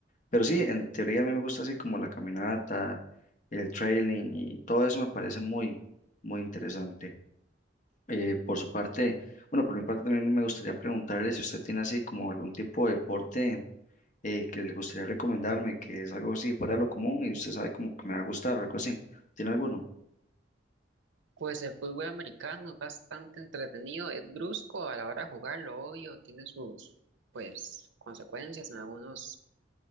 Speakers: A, on the left; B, on the right.
A: pero sí, en teoría a mí me gusta así como la caminata, el trailing y todo eso me parece muy, muy interesante. Eh, por su parte, bueno, por mi parte también me gustaría preguntarle si usted tiene así como algún tipo de deporte eh, que le gustaría recomendarme, que es algo así fuera de lo común y usted sabe como que me va a gustar o algo así. ¿Tiene alguno?
B: Pues el fútbol americano es bastante entretenido, es brusco a la hora de jugarlo, obvio, tiene sus pues consecuencias en algunos,